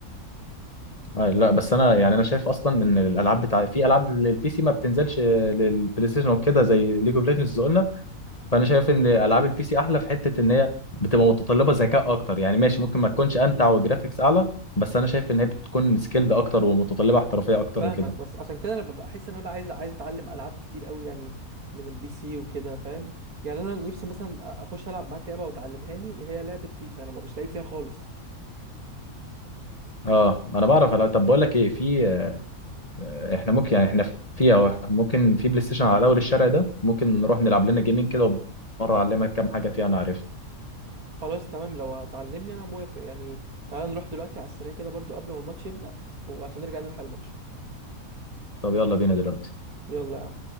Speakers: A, on the left; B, on the right.
A: آه، لا بس انا يعني انا شايف اصلا ان الالعاب بتاع في العاب للبي سي ما بتنزلش للبلاي ستيشن وكده زي ليج اوف ليجندز قلنا فانا شايف ان العاب البي سي احلى في حته ان هي بتبقى متطلبه ذكاء اكتر يعني ماشي ممكن ما تكونش امتع وجرافيكس اعلى بس انا شايف ان هي بتكون سكيلد اكتر ومتطلبه احترافيه اكتر
B: فاهمك
A: وكده
B: بس عشان كده انا ببقى احس ان انا بقى عايز عايز اتعلم العاب كتير قوي يعني من البي سي وكده فاهم يعني انا نفسي مثلا اخش العب معاك لعبه وتعلمهاني هي لعبه فيفا انا مش لعيب فيها خالص
A: اه انا بعرف ألعب. طب بقول لك ايه في آه، احنا ممكن يعني احنا في أهو، ممكن في بلاي ستيشن على اول الشارع ده ممكن نروح نلعب لنا جيمين كده ومره اعلمك كام حاجه فيها انا عارفها
B: خلاص تمام لو هتعلمني انا موافق يعني تعالى نروح دلوقتي على السريع كده برضو قبل ما الماتش يبدأ وعشان نرجع نلحق الماتش
A: طب يلا بينا دلوقتي
B: يلا يا عم